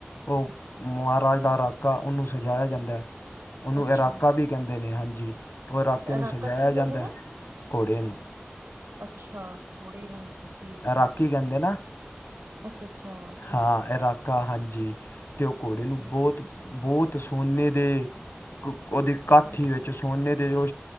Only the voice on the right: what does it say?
ਅੱਛਾ
ਅੱਛਾ
ਰਾਕਾ
ਕਿਹਨੂੰ
ਕਹਿੰਦੇ ਨੇ
ਅੱਛਾ ਘੋੜੇ ਨੂੰ ਠੀਕ
ਹੈ
ਅੱਛਾ ਅੱਛਾ ਠੀਕ
ਏ
ਅੱਛਾ
ਹਾਂ